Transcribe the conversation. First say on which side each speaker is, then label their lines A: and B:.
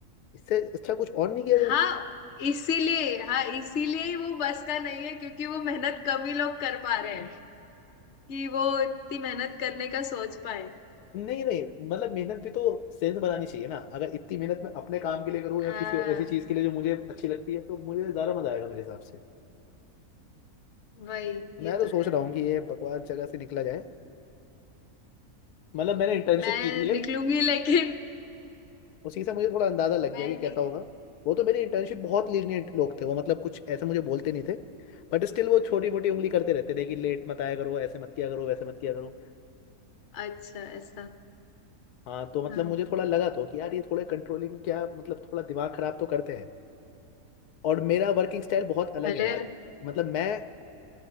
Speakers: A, on the left (about 85°); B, on the left (about 55°).
A: इससे अच्छा कुछ और नहीं किया जाए
B: हाँ इसीलिए हाँ इसीलिए ही वो बस का नहीं है क्योंकि वो मेहनत कम ही लोग कर पा रहे हैं कि वो इतनी मेहनत करने का सोच पाए
A: <laughs> नहीं नहीं मतलब मेहनत भी तो सेंस बनानी चाहिए ना अगर इतनी मेहनत मैं अपने काम के लिए करूँ
B: हाँ
A: या किसी ऐसी चीज के लिए जो मुझे अच्छी लगती है तो मुझे ज्यादा मजा आएगा मेरे हिसाब से
B: वही
A: मैं
B: ये
A: तो
B: तो
A: सोच
B: है
A: रहा हूँ कि ये बकवास जगह से निकला जाए मतलब मैंने इंटर्नशिप
B: मैं
A: की थी ये
B: निकलूंगी लेकिन
A: उसी से मुझे थोड़ा अंदाजा लग
B: मैं
A: गया कि कैसा
B: निक
A: होगा वो तो मेरी इंटर्नशिप बहुत लीनियंट लोग थे वो मतलब कुछ ऐसे मुझे बोलते नहीं थे बट स्टिल वो छोटी मोटी उंगली करते रहते थे कि लेट मत आया करो ऐसे मत किया करो वैसे मत किया करो
B: अच्छा ऐसा
A: हाँ तो मतलब
B: हाँ
A: मुझे थोड़ा लगा तो कि यार ये थोड़े कंट्रोलिंग क्या मतलब थोड़ा दिमाग खराब तो करते हैं और मेरा वर्किंग स्टाइल बहुत अलग
B: अरे
A: है यार मतलब मैं